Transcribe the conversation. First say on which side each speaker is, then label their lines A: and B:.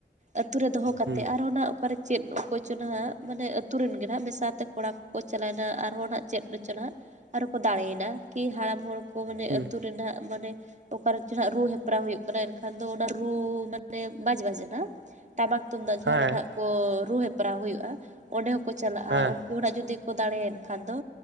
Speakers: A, on the right; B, on the right.
A: ᱟᱹᱛᱩ ᱨᱮ ᱫᱚᱦᱚ ᱠᱟᱛᱮ
B: ᱦᱩᱸ
A: ᱟᱨᱦᱚᱸ ᱱᱟᱜ ᱚᱠᱟᱨᱮ ᱪᱮᱫ ᱚᱠᱚᱭᱪᱚ ᱱᱟᱦᱟᱜ ᱢᱟᱱᱮ ᱟᱛᱩ ᱨᱮᱱ ᱜᱮ ᱱᱟᱦᱟᱜ ᱢᱮᱥᱟ ᱛᱮ ᱠᱚᱲᱟ ᱠᱚᱠᱚ ᱪᱟᱞᱟᱣᱮᱱᱟ ᱟᱨᱦᱚᱸ ᱱᱟᱜ ᱪᱮᱫ ᱚᱪᱚ ᱱᱟᱦᱟᱜ, ᱟᱨ ᱦᱚᱸ ᱠᱚ ᱫᱟᱲᱮᱭᱮᱱᱟ ᱠᱤ ᱦᱟᱲᱟᱢ ᱦᱚᱲ ᱠᱚ ᱢᱟᱱᱮ
B: ᱦᱩᱸ
A: ᱟᱹᱛᱩ ᱨᱮ ᱱᱟᱦᱟᱜ ᱢᱟᱱᱮ ᱚᱠᱟᱨᱮ ᱪᱚ ᱦᱟᱸᱜ ᱨᱩ ᱦᱮᱯᱨᱟᱣ ᱦᱩᱭᱩᱜ ᱠᱟᱱᱟ ᱮᱱ ᱠᱷᱟᱱ ᱫᱚ ᱚᱱᱟ ᱨᱩ ᱢᱟᱱᱮ ᱵᱟᱡ ᱵᱟᱡᱱᱟ, ᱴᱟᱢᱟᱠ ᱛᱩᱢᱫᱟᱜ ᱡᱟᱦᱟᱸᱨᱮ
B: ᱦᱮᱸ
A: ᱱᱟᱦᱟᱜ ᱠᱚ ᱨᱩ ᱦᱮᱯᱨᱟᱣ ᱦᱩᱭᱩᱜᱼᱟ, ᱚᱸᱰᱮ ᱦᱚᱸ ᱠᱚ ᱪᱟᱞᱟᱜᱼᱟ
B: ᱦᱮᱸ
A: ᱩᱱᱠᱩ ᱦᱚᱸ ᱱᱟᱜ ᱡᱩᱫᱤ ᱠᱚ ᱫᱟᱲᱮᱭᱮᱱ ᱠᱷᱟᱱ ᱫᱚ